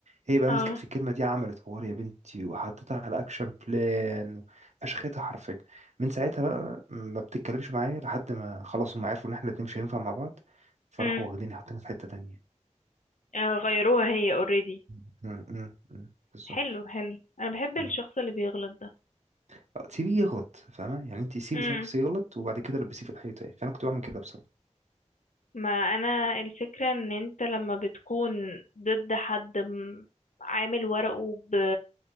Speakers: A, on the right; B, on the left.
A: هي بقى
B: اه
A: مسكت في الكلمة دي عملت حوار يا بنتي وحطيتها على أكشن بلان فشختها حرفيا من ساعتها بقى ما بتتكلمش معايا لحد ما خلاص هم عرفوا إن إحنا الاتنين مش هينفع مع بعض فراحوا
B: امم
A: واخديني حاطيني في حتة تانية
B: آه غيروها هي اوريدي
A: م- م- م. بالظبط
B: حلو حلو انا بحب
A: م.
B: الشخص اللي بيغلط ده
A: أه، سيبيه يغلط فاهمة يعني أنت سيبي
B: امم
A: شخص يغلط وبعد كده لبسيه في الحيطة يعني فأنا كنت بعمل كده بصراحة
B: ما انا الفكرة ان انت لما بتكون ضد حد م- عامل ورقه ب...